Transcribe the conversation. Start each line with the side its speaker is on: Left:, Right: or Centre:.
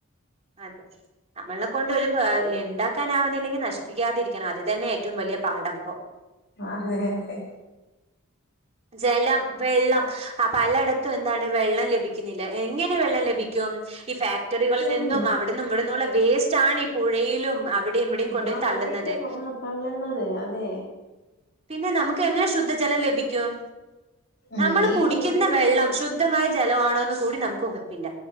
Right: അതെ നമ്മള കൊണ്ട് ഒരു ഉണ്ടാക്കാനആാവുന്നില്ലെങ്കിൽ നശിപ്പിക്കാതെരിക്കണം അത് തന്നെ ഏറ്റവും വലിയ പാടപ്പോ
Left: അതെ അതെ
Right: ജലം വെള്ളം അ പലയിടത്തും എന്താണ് വെള്ളം ലഭിക്കുന്നില്ല എങ്ങനെ വെള്ളം ലഭിക്കും ഈ ഫാക്ടറികളിൽ
Left: ഉം
Right: നിന്നും അവിടും ഇവിടുന്നുള്ള വേസ് റ്റാണി ഈ പുഴയിലും അവിടെയും ഇവിടെയും കൊണ്ടു
Left: ആ
Right: പോയി തള്ളുന്നത്
Left: അവിടെക്കെ ആ തള്ളുന്നത് അതെ
Right: പിന്നെ നമുക്ക് എങ്ങനെ ശുദ്ധജലം ലഭി കും
Left: ഉം
Right: നമ്മൾ
Left: ഇപ്പൊ
Right: കുടിക്കുന്ന
Left: എങ്ങനെയാലും
Right: വെള്ളം ശുദ്ധമായി ജലവാണോന്ന് കൂടി നമുക്ക് ഉറപ്പില്ല